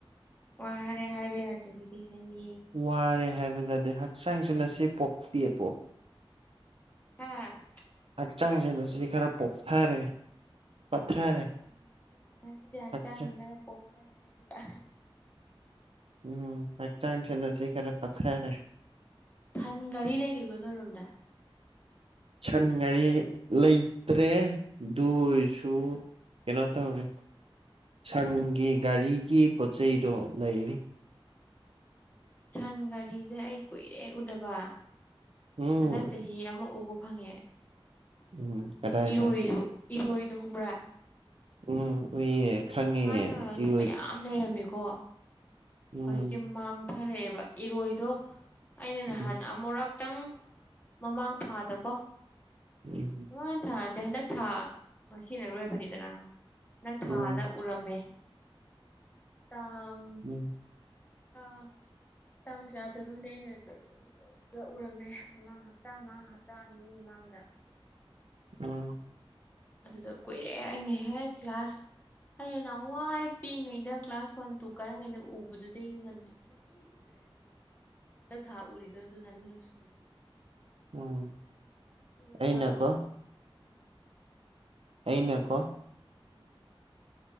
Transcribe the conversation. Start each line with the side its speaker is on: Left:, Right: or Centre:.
Left: ꯋꯥꯔꯦ ꯍꯥꯏꯕ ꯌꯥꯗ꯭ꯔꯗꯤ ꯀꯩ ꯍꯥꯏꯅꯤ
Right: ꯋꯥꯔꯦ ꯍꯥꯏꯕꯗꯗꯤ ꯍꯛꯆꯥꯡꯁꯤꯅ ꯆꯦ ꯄꯣꯛꯄꯤ ꯑꯄꫭ
Left: ꯍꯥꯥ
Right: ꯍꯛꯆꯥꯡꯁꯦ ꯅꯆꯦ ꯈ꯭ꯔ ꯄꯣꯞꯊꯔꯦ ꯄꯠꯊꯔꯦ
Left: ꯑꯣ ꯉꯁꯤ ꯉꯁꯤꯗꯤ ꯍꯛꯆꯥꯡꯁꯦ
Right: ꯍꯛꯆꯥꯡ
Left: ꯈꯔ ꯄꯣꯞꯊꯔꯦ ꯍꯥꯏꯗꯣꯏꯕ
Right: ꯎꯝ ꯍꯛꯆꯥꯡꯁꯦ ꯅꯆꯦ ꯈꯔ ꯄꯠꯊꯔꯦ
Left: ꯁꯟ ꯒꯥꯔꯤ ꯂꯩꯔꯤꯕ ꯅꯣꯏꯔꯣꯝꯗ
Right: ꯁꯟ ꯒꯥꯔꯤ ꯂꯩꯇ꯭ꯔꯦ ꯑꯗꯨ ꯑꯣꯏꯁꯨ ꯀꯩꯅꯣ ꯇꯧꯔꯦ ꯁꯟꯒꯤ ꯒꯥꯔꯤꯒꯤ ꯄꯣꯠ ꯆꯩꯗꯣ ꯂꯩꯔꯤ
Left: ꯁꯟ ꯒꯥꯔꯤꯖꯦ ꯑꯩ ꯀꯨꯏꯔꯦ ꯎꯗꯕ
Right: ꯎꯝ
Left: ꯍꯟꯗꯛ ꯆꯍꯤ ꯑꯃ ꯎꯕ ꯐꯪꯉꯦ
Right: ꯎꯝ ꯀꯗꯥꯏꯗ
Left: ꯏꯔꯣꯏꯁꯨ ꯏꯔꯣꯏꯗꫭ ꯈꯪꯕ꯭ꯔꯥ
Right: ꯎꯝ ꯎꯏꯌꯦ ꯈꯪꯉꯦ
Left: ꯊꯥꯏꯅꯉꯩꯗꯤ
Right: ꯏꯔꯣꯏ
Left: ꯃꯌꯥꯝ ꯂꯩꯔꯝꯃꯦꯀꯣ
Right: ꯎꯝ
Left: ꯍꯧꯖꯤꯛꯇꯤ ꯃꯥꯡꯊꯔꯛꯑꯦꯕ ꯏꯔꯣꯏꯗꯣ ꯑꯩꯅ ꯅꯍꯥꯟ
Right: ꯎꯝ
Left: ꯑꯃꯨꯔꯛ ꯇꯪ ꯃꯃꯥꯡ ꯊꯥꯗꯀꯣ
Right: ꯎꯝ
Left: ꯃꯃꯥꯡ ꯊꯥ ꯅꯠꯇꯦ ꯍꯟꯗꯛ ꯊꯥ ꯉꯁꯤꯅ ꯑꯔꫭꯏꯕꯅꯤꯗꯅ ꯍꯟꯗꯛ ꯊꯥꯗ
Right: ꯎꯝ
Left: ꯎꯔꯝꯃꯦ ꯇꯥꯡ
Right: ꯎꯝ
Left: ꯑꯥ ꯇꯥꯡ ꯀꯌꯥꯥꯗꯅꫭꯅꯦ ꯑꯩꯅ ꯆꯠꯂꯝꯕꯗꯣ ꯑꯗꯨꯗ ꯎꯔꯝꯃꯦ ꯃꯃꯥꯡ ꯍꯞ ꯍꯞꯇꯥ ꯑꯃ ꯍꯞꯇꯥ ꯑꯅꯤ ꯃꯃꯥꯡꯗ
Right: ꯎꯝ
Left: ꯑꯗꯨꯗ ꯀꯨꯏꯔꯦ ꯑꯩꯅ ꯍꯦꯛ ꯀ꯭ꯂꯥꯁ ꯑꯩ ꯅꯍꯥꯟꯋꯥꯏ ꯄꯤꯛꯏꯉꯩꯗ ꯀ꯭ꯂꯥꯁ ꯋꯥꯟ ꯇꯨ ꯀꯥꯔꯤꯉꯩꯗ ꯎꯕꯗꯨꯗꯩ ꯉꯟ ꯁꯨꯡꯎ ꯎꯗ꯭ꯔꯦ ꯑꯗꯨꯒ ꯍꯟꯗꯛ ꯊꯥ ꯎꯔꯤꯗꯣ ꯑꯗꯨꯅ ꯑꯅꯤꯔꯛ ꯁꯨꯔꯦ
Right: ꯎꯝ
Left: ꯏꯔꯣꯏ
Right: ꯑꯩꯅ
Left: ꯇꯥꯡꯉꯤ
Right: ꯀꯣ
Left: ꯎꯝ
Right: ꯑꯩꯅ ꯀꯣ
Left: ꯎꯝ